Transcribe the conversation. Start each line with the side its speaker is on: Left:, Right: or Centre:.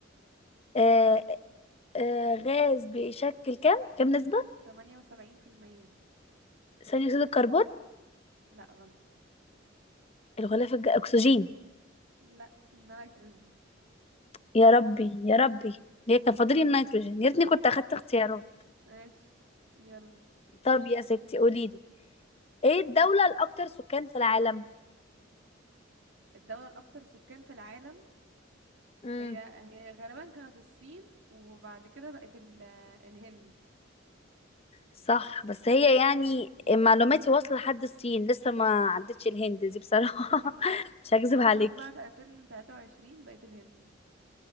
Left: آه آه غاز بيشكل كام كام نسبة
Right: 78%
Left: ثاني أكسيد الكربون
Right: لا غلط
Left: الغلاف الج... أكسجين
Right: لا النيتروجين
Left: يا ربي يا ربي ليه كان فاضلي النيتروجين يا ريتني كنت أخدت اختيارات
Right: ماشي يلا
Left: طب يا ستي قولي لي إيه الدولة الأكثر سكان في العالم؟
Right: الدولة الأكثر سكان في العالم
Left: امم
Right: هي هي غالبا كانت الصين وبعد كده بقت ال... الهند
Left: صح بس هي يعني معلوماتي واصلة لحد الصين لسه ما عدتش الهند دي بصراحة
Right: <laughs>
Left: <laughs> مش هكذب
Right: هي المفروض
Left: عليك
Right: بعد 2023 بقت الهند